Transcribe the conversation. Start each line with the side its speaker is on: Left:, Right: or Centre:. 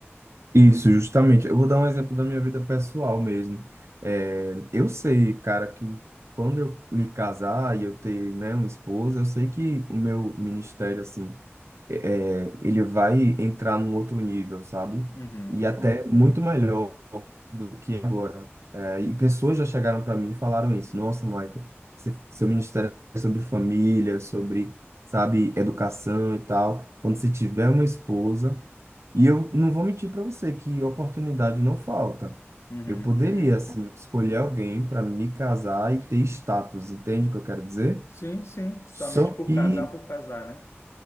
Right: Isso, justamente. Eu vou dar um exemplo da minha vida pessoal mesmo. É, eu sei, cara, que quando eu me casar e eu ter, né, uma esposa, eu sei que o meu ministério, assim, é, é, ele vai entrar num outro nível, sabe?
Left: Uhum,
Right: E até muito melhor do que agora. É, e pessoas já chegaram para mim e falaram isso. Nossa, Michael, se- seu ministério é sobre família, sobre, sabe, educação e tal. Quando você tiver uma esposa e eu não vou mentir para você que oportunidade não falta.
Left: uhum,
Right: Eu poderia,
Left: uhum.
Right: assim, escolher alguém para me casar e ter status, entende o que eu quero dizer?
Left: Sim, sim, somente
Right: Só
Left: por
Right: que
Left: casar, por casar, né?